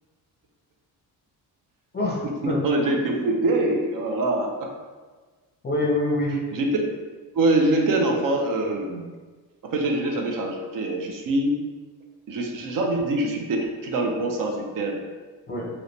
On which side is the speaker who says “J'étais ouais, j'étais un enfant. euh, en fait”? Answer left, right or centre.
Right